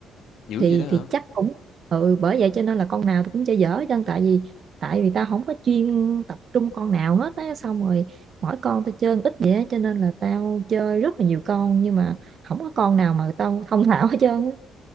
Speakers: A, on the left; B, on the right.
A: Dữ
B: thì
A: vậy đó hả?
B: thì chắc cũng ừ bởi vậy cho nên là con nào tôi cũng chơi dở hết trơn tại vì tại vì tao không có chuyên tập trung con nào hết á xong rồi mỗi con tao chơi ít vậy á cho nên là tao chơi rất là nhiều con nhưng mà không có con nào mà tao thông thạo hết trơn á